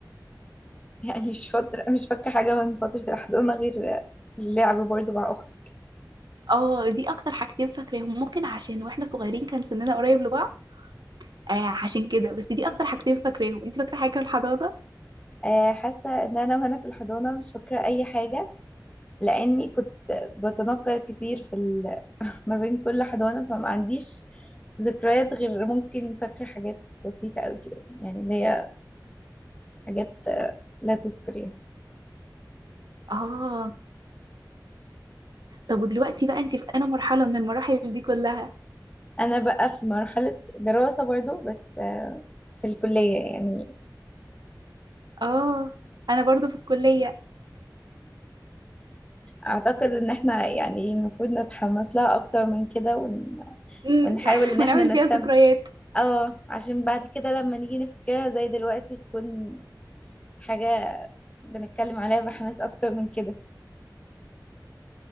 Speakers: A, on the left; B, on the right.
A: يعني مش فترة مش فاكرة حاجة من فترة الحضانة غير اللعب برضو مع أختي
B: <laughs> اه دي اكتر حاجتين فاكراهم ممكن عشان واحنا صغيرين كان سننا قريب لبعض آه عشان كده بس دي اكتر حاجتين فاكراهم انت فاكره حاجه في الحضانه
A: آه، حاسة إن أنا وأنا في الحضانة مش فاكرة أي حاجة لاني كنت بتنقل كتير في ال... ما بين كل حضانه فما عنديش ذكريات غير ممكن فاكره حاجات بسيطه قوي كده يعني اللي هي حاجات لا تذكر يعني
B: اه طب ودلوقتي بقى انت في انا مرحله من المراحل دي كلها
A: انا بقى في مرحله دراسه برضو بس آه، في الكليه يعني
B: اه انا برضو في الكليه
A: اعتقد ان احنا يعني المفروض نتحمس لها اكتر من كده ون...
B: أمم،
A: ونحاول ان
B: بنعمل
A: احنا نستمتع
B: <laughs> فيها ذكريات
A: اه عشان بعد كده لما نيجي نفتكرها زي دلوقتي تكون حاجه بنتكلم عليها بحماس اكتر من كده